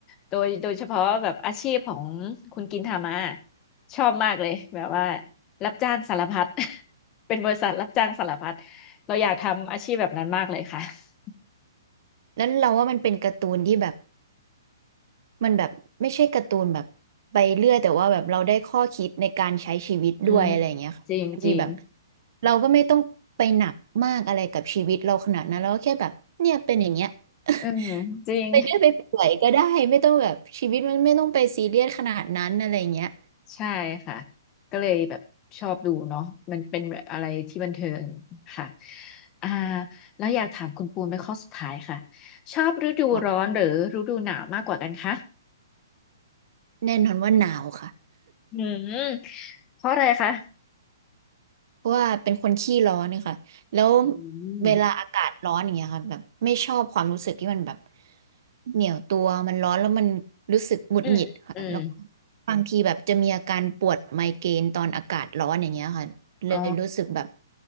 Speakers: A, on the left; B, on the right.
A: โดยโดยเฉพาะแบบอาชีพของคุณกินทามาชอบมากเลยแบบว่ารับจ้างสารพัด <laughs> เป็นบริษัทรับจ้างสารพัดเราอยากทำอาชีพแบบนั้นมากเลยค่ะ <laughs>
B: แล้วเราว่ามันเป็นการ์ตูนที่แบบ มันแบบไม่ใช่การ์ตูนแบบไปเรื่อยแต่ว่าแบบเราได้ข้อคิดในการใช้ชีวิตด้วยอะไรอย่างเงี้ยค่ะบางทีแบบ
A: อืมจริงจริง
B: เราก็ไม่ต้องไปหนักมากอะไรกับชีวิตเราขนาดนั้นเราก็แค่แบบเนี่ยเป็นอย่างเงี้ย
A: เออ
B: <laughs>
A: จริง
B: ไปเรื่อยไปเปื่อยก็ได้ไม่ต้องแบบชีวิตมันไม่ต้องไปซีเรียสขนาดนั้นอะไรอย่างเงี้ย
A: ใช่ค่ะก็เลยแบบชอบดูเนาะมันเป็นแบบอะไรที่บันเทิงค่ะอ่าแล้วอยากถามคุณปูนเป็นข้อสุดท้ายค่ะชอบฤดูร้อนหรือฤดูหนาวมากกว่ากันคะ
B: ค่ะแน่นอนว่าหนาวค่ะ
A: อืมเพราะอะไรคะ
B: เพราะว่าเป็นคนขี้ร้อนนะคะแล้ว
A: อืม
B: เวลาอากาศร้อนอย่างเงี้ยค่ะแบบไม่ชอบความรู้สึกที่มันแบบ เหนียวตัวมันร้อนแล้วมันรู้สึกหงุดหงิดค่ะแล้ว
A: อืม อืม
B: บางทีแบบจะมีอาการปวดไมเกรนตอนอากาศร้อนอย่างเงี้ยค่ะเลยรู้สึกแบบ
A: อ๋อ